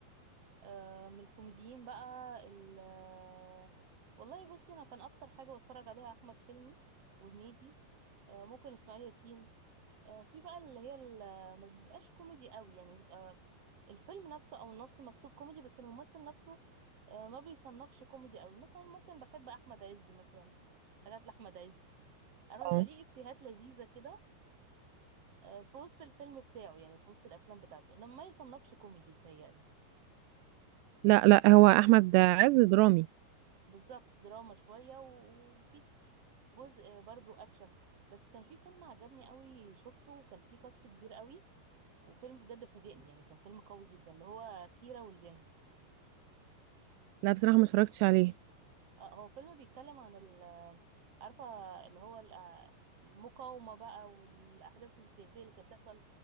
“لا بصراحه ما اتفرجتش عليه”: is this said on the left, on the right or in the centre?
Right